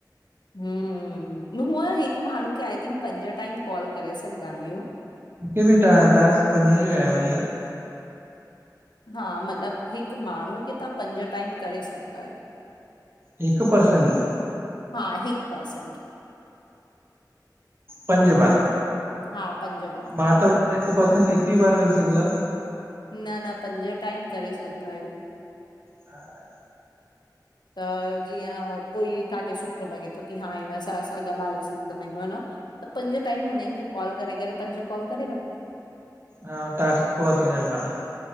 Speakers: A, on the left (about 75°); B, on the right (about 30°).
A: हुअं हिक माणहू खे आई थिंक पंज टाइम कॉल करे सघंदा आहियूं।
B: मूंखे बि ट टास्क पंजे जो आयो आहे हींअर
A: हा मतलब हिक माणहू खे तव्हां पंज टाइम करे सघंदा आहियो।
B: हिकु परसन खे?
A: हा हिकु पर्सन खे।
B: पंज बार
A: हा पंज ॿार
B: मां त हिकु परसन खे हिक ई बार करे सघूं था
A: न न पंज टाइम करे सघंदा आहियो।
B: हा
A: त! जीअं कोई तव्हांखे सुठो लॻे थो की हा हिन सां असां ॻाल्हाए सघंदा आहियूं ह न। त पंज टाइम हुननि खे कॉल करे करे पंज कॉल करे वठो।।
B: हा ऊहो टास्क पूरो थींदा आहिनि पाण ई